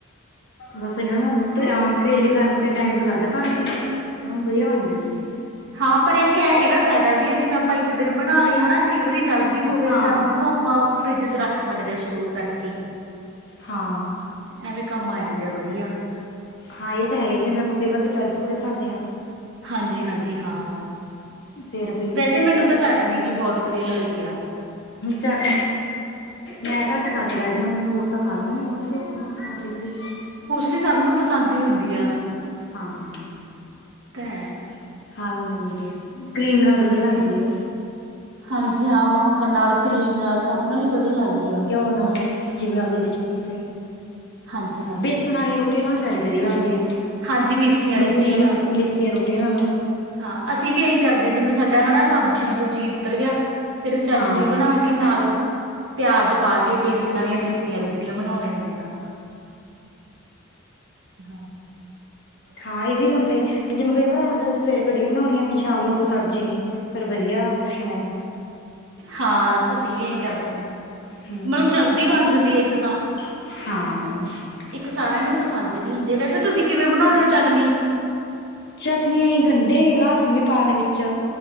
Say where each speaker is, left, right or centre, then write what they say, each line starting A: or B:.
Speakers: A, on the left; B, on the right.
A: ਬਸ ਇਹਨਾਂ ਨੂੰ ਕਰੇਲੇ ਬਣਾਉਣ ਤੇ ਟਾਈਮ ਤੇ ਲੱਗਦਾ ਭਰਵੇਂ, ਪਰ ਉ ਵਧੀਆ ਬਣ ਜਾਂਦੇ ਨੇ।
B: ਹਾਂ, ਪਰ ਇੱਕ ਇਹਦਾ ਫਾਇਦਾ ਵੀ ਐ, ਜਿਵੇਂ ਆਪਾਂ ਇੱਕ ਦਿਨ ਬਣਾ ਲਏ ਹਨਾ, ਕਈ ਵਾਰੀ ਜਲਦੀ ਹੋਵੇ
A: ਹਾਂ
B: ਤਾਂ ਉਹਨਾਂ ਨੂੰ ਆ ਪਾਂ ਫਰਿੱਜ, 'ਚ ਰੱਖ ਸਕਦੇ ਐ ਸਟੋਰ ਕਰਕੇ।
A: ਹਾਂ।
B: ਐਵੇਂ, ਕੰਮ ਆ ਜਾਂਦੇ, ਆ ਵਧੀਆ।
A: ਹਾਂ, ਇਹ ਤਾਂ ਹੈ, ਜਿਵੇਂ ਆਪਾਂ ਕਈ ਵਾਰ ਦੁਪਹਿਰੇ ਦੁਪੂਰੇ ਖਾਂਣੇ ਹਾਂ
B: ਹਾਂਜੀ, ਹਾਂਜੀ ਹਾਂ,
A: ਫੇਰ ਵੀ
B: ਵੈਸੇ ਮੈਨੂੰ ਤਾਂ
A: ਅੱਛਾ
B: ਚਟਨੀ ਵੀ, ਬਹੁਤ ਵਧੀਆ ਲੱਗਦੀ ਆ
A: ਚਾਟ ਮੈਂ ਘੱਟ ਖਾ ਕੇ ਰਾ ਜੇ ਹੋਰ ਤਾਂ ਖਾ ਲਾਂਗੇ ਨੇ <inaudible> ਬਹੁਤ <unintelligible> <inaudible>
B: ਤੇ ਸਾਨੂੰ, ਨੂੰ ਪਸੰਦ ਹੀ ਹੁੰਦੀ ਆ
A: ਹਾਂ
B: ਤਾਂ ਹੈ।
A: ਖਾ ਲੈਂਦੇ ਨੇ ਗੇ, ਕਰੀਮ ਨਾਲ ਵਧੀਆ ਲੱਗਦੀ ਆ।
B: ਹਾਂਜੀ ਹਾਂ, ਮੱਖਣ ਨਾਲ ਕਰੀਮ ਨਾਲ, ਸਭ ਨਾਲ ਹੀ ਵਧੀਆ ਲੱਗਦੀ ਆ।
A: <inaudible> <inaudible> ਜਿਵੇ, ਅਗਲੇ ਦੀ ਚੋਇਸ ਹੈ,
B: ਹਾਂਜੀ-ਹਾਂਜੀ,
A: ਬੇਸਣ
B: ਹਾਂਜੀ
A: ਵਾਲੀਆਂ ਰੋਟੀਆਂ ਨਾਲ, ਸਸ਼ ਵਧੀਆ ਲੱਗਦੀ ਆ।
B: ਹਾਂਜੀ ਮਿਸੀਆਂ
A: ਮਿੱਸੀਆਂ-ਮਿਸੀਆਂ
B: ਰੋਟੀਆਂ ਨਾਲ
A: ਰੋਟੀਆਂ ਨਾਲ
B: ਹਾਂ ਅਸੀਂ ਵੀ ਇਹੀ ਕਰਦੇ ਹਾਂ ਜਿਵੇਂ, ਸਾਡਾ ਹੈ ਸਬਜ਼ੀਆਂ ਦੂਜੀ ਉਤਰ ਗਿਆ, ਫੇਰ ਚਟਨੀ
A: ਹਾਂ
B: ਬਣਾ ਕੇ ਕਿ, ਨਾਲ ਪਿਆਜ ਪਾ ਕੇ, ਬੇਸਣ ਵਾਲੀਆਂ ਮਿੱਸੀਆਂ ਰੋਟੀਆਂ, ਬਣਾਉਣੇ ਹੁੰਨੇ ਆ ਹਾਂ
A: ਹਾਂ ਇਹ ਵੀ ਹੁੰਦਾ ਹੈ, ਕਿ ਜਿਵੇੈਂ ਕਈ ਵਾਰ ਆਇ ਹੁੰਦਾ ਵੀ ਸਵੇਰੇ ਕੜੀ ਬਣਾਉਣੀ ਆ, ਵੀ ਸ਼ਾਮ ਨੂੰ ਕੋਈ ਸਬਜ਼ੀ ਨਹੀਂ ਫੇਰ, ਵਧੀਆ ਓਪਸ਼ਨ ਐ।
B: ਹਾਂ, ਅਸੀਂ ਵੀ ਇਹੀ ਕਰਦੇ ਹਾਂ,
A: ਹਮ
B: ਮਤਲਬ ਜਲਦੀ ਬਣ ਜਾਂਦੀ ਆ, ਇੱਕ ਤਾਂ
A: ਹਾਂ
B: ਇੱਕ ਸਾਰਿਆਂ ਨੂੰ ਪਸੰਦ ਵੀ ਹੁੰਦੀ, ਵੈਸੇ ਤੁਸੀਂ ਕਿਵੇਂ ਬਣਾਉਣੇ ਹੋ ਚਟਨੀ?
A: ਚਟਨੀਆਂ ਗੰਡੇ ਲਸਣ ਵੀ ਪਾ ਲੈਣੇ ਵਿੱਚ